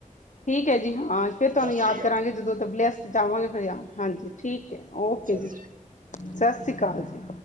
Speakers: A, on the left; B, on the right.
A: ਠੀਕ ਹੈ ਜੀ ਹਾਂ ਫਿਰ ਤੁਹਾਨੂੰ
B: ਸਤਿ
A: ਯਾਦ
B: ਸ਼੍ਰੀ ਅਕਾਲ
A: ਕਰਾਂਗੇ
B: ਜੀ
A: ਜਦੋਂ ਤਬਲੇ ਆਸਤੇ ਜਾਵਾਂਗੇ ਫਿਰ ਯਾਦ। ਹਾਂਜੀ ਠੀਕ ਹੈ ਓਕੇ
B: ਸਤਿ
A: ਜੀ,
B: ਸ਼੍ਰੀ ਅਕਾਲ।
A: ਸਤਿ ਸ਼੍ਰੀ ਅਕਾਲ ਜੀ।